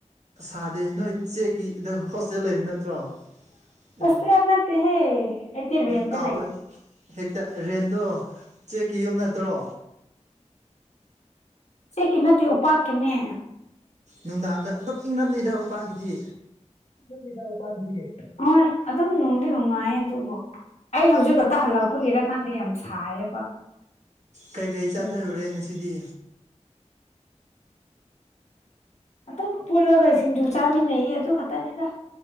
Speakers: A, on the right (about 70°); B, on the left (about 65°).
A: ꯁꯥꯗꯦ ꯅꯣꯏ ꯆꯦꯛꯀꯤ ꯑꯗꯣ ꯍꯣꯁꯇꯦꯜ ꯂꯩꯕ ꯅꯠꯇ꯭ꯔꯣ
B: ꯍꯣꯁꯇꯦꯜ
A: ꯑꯦ
B: ꯅꯠꯇꯦꯍꯦ ꯑꯩꯗꯤ ꯔꯦꯟꯗ
A: ꯀꯥꯎꯋꯦ
B: ꯂꯩ
A: ꯍꯦꯛꯇ ꯔꯦꯟꯗꯣ ꯆꯦꯛꯀꯤ ꯌꯨꯝ ꯅꯠꯇ꯭ꯔꯣ
B: ꯆꯦꯛꯀꯤ ꯅꯠꯇꯦ ꯎꯄꯥꯛꯀꯤꯅꯦ
A: ꯅꯨꯡꯗꯥꯡꯗ ꯑꯗꯨꯝ ꯏꯪꯡꯂꯝꯅꯤꯗ ꯎꯄꯥꯛꯀꯤꯗꯤ
B: ꯏꯪꯂꯝꯅꯤꯗ ꯎꯄꯥꯛꯒꯤꯗꯤ ꯍꯣꯏ ꯑꯗꯨꯝ ꯅꯨꯡꯗꯤ ꯅꯨꯡꯉꯥꯏ ꯑꯗꯨꯕꯨ ꯑꯩ ꯍꯧꯖꯤꯛ ꯈꯛꯇ ꯍꯜꯂꯛꯄꯒꯤꯔ ꯈꯪꯗꯦ ꯌꯥꯝ ꯁꯥꯏꯌꯦꯕ
A: ꯀꯩꯀꯩ ꯆꯥꯠꯊꯔꯨꯔꯦ
B: ꯑꯩ
A: ꯉꯁꯤꯗꯤ
B: ꯑꯗꯨꯝ ꯄꯨꯜꯂꯒ ꯁꯤꯡꯖꯨ ꯆꯥꯃꯤꯟꯅꯩꯌꯦ ꯑꯗꯨ ꯈꯛꯇꯅꯤꯗ